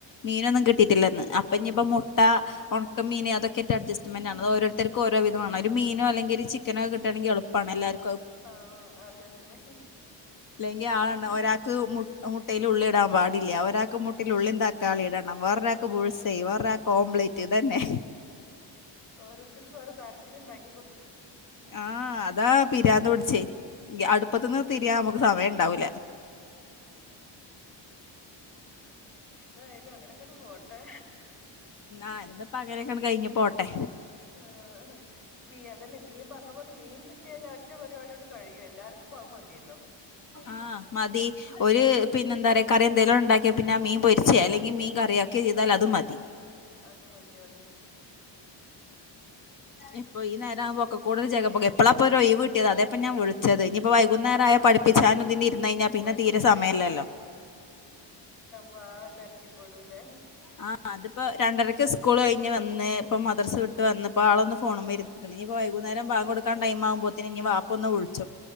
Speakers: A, on the left; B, on the left.
A: മീനൊന്നും കിട്ടിട്ടില്ലന്ന് അപ്പൊ ഞ്ഞിപ്പോ മുട്ട ഉണക്ക മീൻ അതൊ റ്റ് അഡ്ജസ്റ്റ് മെന്റാണ് ആത് ഓരോരുത്തർക്ക് ഓരോ വിധമാണ് ഒരു മീനോ അല്ലങ്കിൽ ഒരു ചിക്കനോ കിട്ടണെങ്കളപ്പാണ് എല്ലാവർ
B: ആ അതന്നെ.
A: ങ്കിൽ ആളെണ് ഒരാൾക്ക് മു മുട്ടൽ ഉള്ളി ഇടാൻ പാടില്ല ഒരാക്ക് മു വീട്ടിലുള്ളി തക്കാളി ഇടണം വേറെരാക്ക് ബുൾസ്യ വേറെരാക്ക് ഓംലേറ്റ് ഇതന്നെ.
B: ഓരോരുത്തർക്കുംഓരോ തരത്തിലു ണ്ടാക്കി
A: ആഹ് അതാ പിരാന്ത് പിടിച്ചേ അടുപ്പത്തന്ന് തിരിയാ മുക്ക് സമയ ണ്ടാവൂല.
B: മ് മ് എന്തായാലും അങ്ങനെക്കെണ്ട് പോട്ടെ.
A: ആ ഇന്ന്പ്പങ്ങനെയൊക്കാണ് കഴിഞ്പോട്ടെ.
B: ആ. ആ മീ അതന്നെ മീൻ പറഞ്ഞപോലെ മീൻ കിട്ടിയാലറ്റ പരിപാടികൊണ്ട് കഴിയും എല്ലാർക്കുപ്പത് മതില്ലോ.
A: ആ മതി ഒരു പിന്നെ ന്താ പറയാ കറിന്തെങ്കലുംണ്ടാക്കിയ പിന്നെ മീൻ പൊരിച്ച അല്ലെങ്കിൽ മീൻ കറിയാക്കെ ചെയ്താൽ അത് മതി.
B: അത് മതി അതന്നെ.
A: ഇപ്പൊ ഈ നേരവ്മ്പോക്കെകൂടൊരു ജഗ പോകെ എപ്പോളാപ്പൊ ഒരുയ് വ് കിട്ടിയത് അതേപ്പൊ ഞാൻ വിളിച്ചത്. ഇനിയിപ്പോ വൈകുന്നേരയ
B: ആഹ്
A: പഠിപ്പിച്ചാനും തിനിരുന്നഴിഞ്ഞാ പിന്നെ
B: പഠിപ്പിക്കലും
A: തീരെ സമയല്ലല്ലോ.
B: വാ തിരക്കി പെടൂലേ
A: ആഹ് അതിപ്പോ രണ്ടരക്ക് സ്കൂൾ കഴിഞ് വന്ന് ഇപ്പ മദർസ് വിട്ട് വന്ന്പ്പോ ആളൊന്ന് ഫോണ ഇര് ഇപ്പ വൈകുന്നേരം ബാങ്കൊടുക്കാൻ ടൈംവുമ്പോത്തേന് ഇനി വാപ്പൊന്ന് വിളിച്ചും